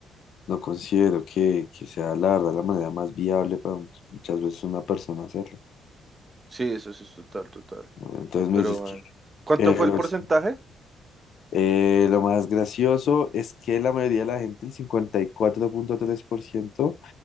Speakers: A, on the left; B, on the right.
A: No considero que, que sea la verdad la manera más viable para muchas veces una persona hacerlo.
B: Sí, eso sí es total, total.
A: Bueno, entonces
B: Pero
A: me dices
B: bueno.
A: que
B: ¿Cuánto
A: eh,
B: fue
A: los-
B: el porcentaje?
A: eh, lo más gracioso es que la mayoría de la gente, el cincuenta y cuatro punto tres por ciento